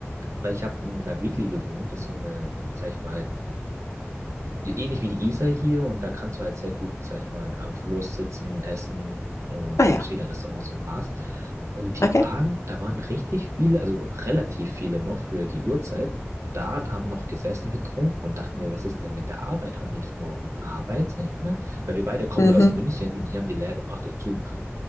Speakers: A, on the right (about 80°); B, on the left (about 80°).
A: weil ich habe in einer Weekly gewohnt, das ist so eine, sag ich mal, ähnlich wie die Isar hier und da kannst du halt sehr gut, sag ich mal, am Fluss sitzen, essen und
B: Ah
A: da
B: ja,
A: gibt es viele Restaurants und Bars. Und die
B: okay.
A: waren, da waren richtig viele, also relativ viele noch für die Uhrzeit da und haben noch gesessen, getrunken und dachten mir, was ist denn mit der Arbeit? Haben die nicht morgen Arbeit, sag ich mal? Weil wir beide kommen
B: Mhm.
A: ja aus München und hier haben die Läden um 8 Uhr zu.